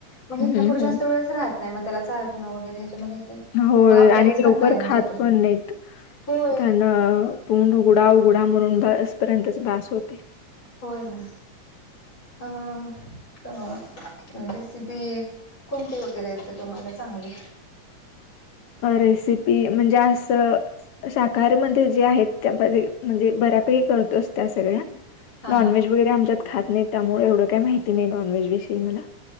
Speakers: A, on the left (about 30°); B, on the left (about 65°).
A: मग हितंन
B: हम्म
A: पुढं जास्त
B: हम्म
A: वेळच राहत नाही मग त्याला चार न वैगेरे हवा ते
B: होय
A: मग आपल्यालाच
B: आणि
A: कंटाळ
B: लवकर
A: येऊन
B: खात
A: जातो.
B: पण नाहीत.
A: होय
B: त्यांना तोंड उघडा उघडा म्हणून बसपर्यंतच बास होतय.
A: होय ना. अ त रेसिपी कोणती वगैरे येते तुम्हाला चांगली?
B: अ रेसिपी म्हणजे असं शाहकारीमध्ये जे आहेत त्या म्हणजे बऱ्यापैकी करतोच त्या सगळ्या,
A: हा
B: नॉनव्हेज
A: हा.
B: वगैरे आमच्यात खात नाही त्यामुळे एवढं काही माहिती नाही नॉनव्हेज विषयी मला.